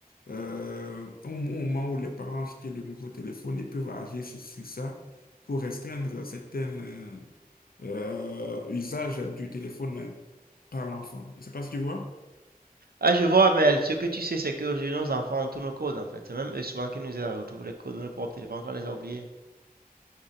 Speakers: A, on the left; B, on the right.
A: euh, au, au moment où les parents achètent le nouveau téléphone, ils peuvent agir sur, sur ça pour restreindre certains euh, euh, usages du téléphone par l'enfant. Je ne sais pas si tu vois.
B: Ah, je vois, mais ce que tu sais, c'est qu'aujourd'hui, nos enfants, ont tous nos codes, en fait. C'est même eux souvent qui nous aident à retrouver les codes de nos propres téléphones quand on les a oubliés.